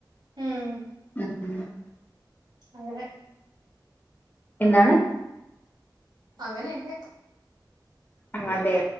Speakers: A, on the right (about 65°); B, on the left (about 25°).
A: ഉം
B: <unintelligible>
A: അങ്ങനെ
B: എന്താണ്
A: അങ്ങനെ എക്കെ
B: ആഹ് അതെ